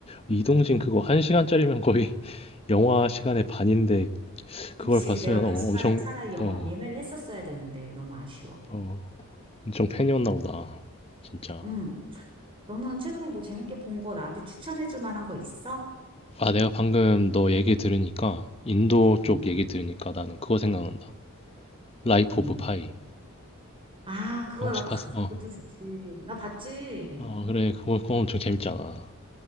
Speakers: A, on the left; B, on the right.
A: 이동진 그거 한 시간짜리면 거의 <laughs> 영화 시간의 반인데
B: 그치.
A: 그걸 봤으면
B: 내가
A: 어,
B: 그 시간에
A: 엄청,
B: 차라리 영화
A: 어,
B: 예매를 했었어야 되는데 너무 아쉬워.
A: 어, 엄청 팬이었나 보다. 진짜.
B: 응. 너는 최근에 뭐 재밌게 본 거 나한테 추천해 줄 만한 거 있어?
A: 아, 내가 방금 너 얘기 들으니까, 인도 쪽
B: 응.
A: 얘기 들으니까 나는 그거 생각난다. 라이프
B: 응.
A: 오브 파이.
B: 아, 그거,
A: 어, 혹시
B: 아,
A: 봤어? 어.
B: 그것도 좋지. 나 봤지.
A: 어, 그래. 그거, 그거 엄청 재밌잖아.